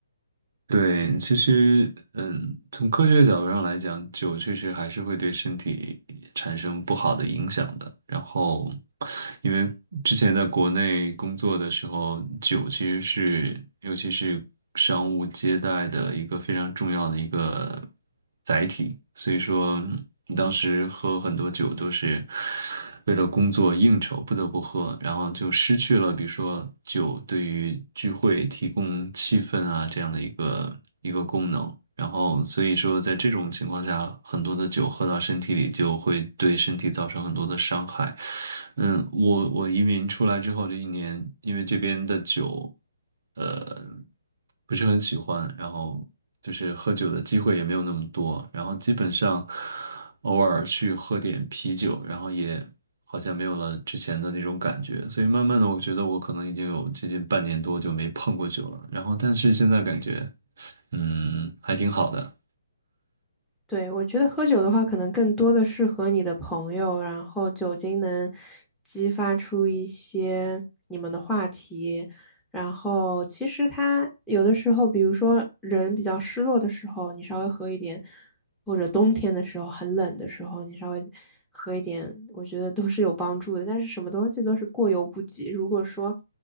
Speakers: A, on the right (about 60°); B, in the centre.
A: 对，其实，嗯，从科学角度上来讲，酒确实还是会对身体产生不好的影响的。然后，因为之前在国内工作的时候，酒其实是，尤其是商务接待的一个非常重要的一个。载体，所以说当时喝很多酒都是为了工作应酬不得不喝，然后就失去了比如说酒对于聚会提供气氛啊这样的一个一个功能，然后所以说在这种情况下，很多的酒喝到身体里就会对身体造成很多的伤害。嗯，我我移民出来之后这一年，因为这边的酒。呃。嗯，不是很喜欢，然后就是喝酒的机会也没有那么多，然后基本上偶尔去喝点啤酒，然后也好像没有了之前的那种感觉，所以慢慢的我觉得我可能已经有接近半年多就没碰过酒了，然后但是现在感觉嗯还挺好的，
B: 对，我觉得喝酒的话，可能更多的是和你的朋友，然后酒精能激发出一些你们的话题。然后其实它有的时候，比如说人比较失落的时候，你稍微喝一点，或者冬天的时候很冷的时候，你稍微喝一点，我觉得都是有帮助的。但是什么东西都是过犹不及，如果说